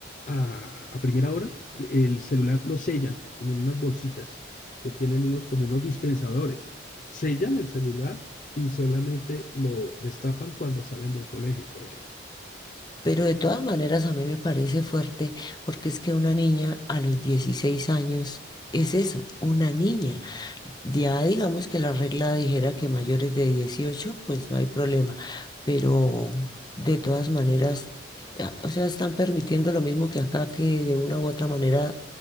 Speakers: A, on the left; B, on the left.
A: a, a, primera hora, el celular lo sellan como en unas bolsitas que tienen unos como unos dispensadores. Sellan el celular y solamente lo destapan cuando salen del colegio, por ejemplo.
B: Pero de todas maneras a mí me parece fuerte porque es que una niña a los 16 años es eso, una niña. Ya digamos que la regla dijera que mayores de 18 pues no hay problema. Pero de todas maneras, a- o sea, están permitiendo lo mismo que acá, que de una u otra manera